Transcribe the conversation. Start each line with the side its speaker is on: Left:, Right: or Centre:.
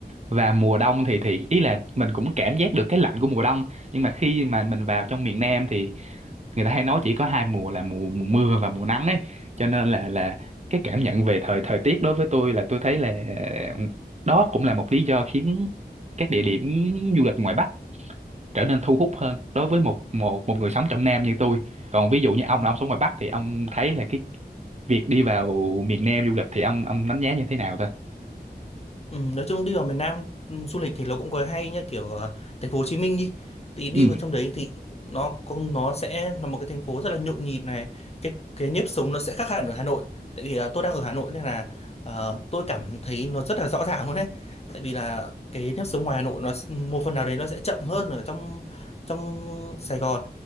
Right: và mùa đông thì thì ý là mình cũng cảm giác được cái lạnh của mùa đông nhưng mà khi mà mình vào trong miền Nam thì người ta hay nói chỉ có hai mùa là mùa mùa mưa và mùa nắng ấy cho nên là là cái cảm nhận về thời thời tiết đối với tôi là tôi thấy là ờ, đó cũng là một lý do khiến các địa điểm du lịch ngoài Bắc trở nên thu hút hơn đối với một một một người sống trong Nam như tôi còn ví dụ như ông
Left: Ừ.
Right: là ông sống ngoài Bắc thì ông thấy là cái việc đi vào miền Nam du lịch thì ông ông đánh giá như thế nào ta
Left: Ừ, nói chung đi vào miền Nam ừ, du lịch thì nó cũng có hay nhá kiểu ờ, thành phố Hồ Chí Minh đi thì đi
Right: ừ
Left: vào trong đấy thì nó con nó sẽ là một cái thành phố rất là nhộn nhịp này cái cái nếp sống nó sẽ khác hẳn ở Hà Nội tại vì ờ, tôi đang ở Hà Nội nên là ờ, tôi cảm thấy nó rất là rõ ràng luôn đấy tại vì là cái nếp sống ngoài Hà Nội nó s- một phần nào đấy nó sẽ chậm hơn ở trong trong Sài Gòn